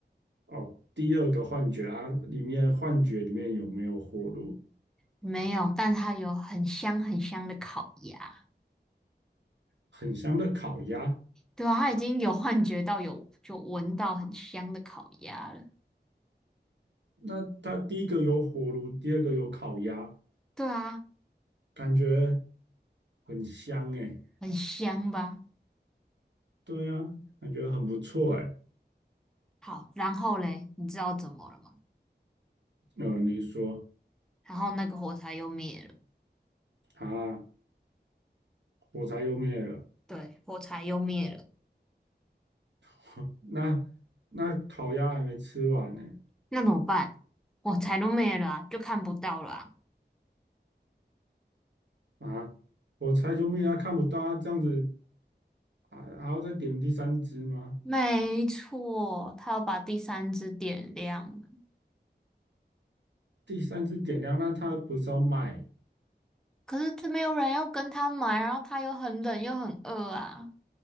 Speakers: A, on the right; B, in the centre.
A: 哦，第二个幻觉啊，里面幻觉里面有没有火炉？
B: 没有，但他有很香很香的烤鸭。
A: 很香的烤鸭。
B: 对啊，他已经有幻觉到有就闻到很香的烤鸭了。
A: 那它第一个有火炉，第二个有烤鸭，
B: 对啊，
A: 感觉很香诶。
B: 很香吧？
A: 对啊，感觉很不错诶。
B: 好，然后嘞，你知道怎么了吗？
A: 嗯，你说
B: 然后那个火柴又灭了，
A: 啊，火柴又灭了，
B: 对，火柴又灭了，
A: <laughs> 那那烤鸭还没吃完呢。
B: 那怎么办？火柴都灭了啊，就看不到了啊
A: 啊，我猜救命啊！看不到啊，这样子啊，还要再点第三只吗？
B: 没错，他要把第三支点亮
A: 第三只点亮，那它不是要卖，
B: 可是这没有人要跟他买，然后他又很冷又很饿啊。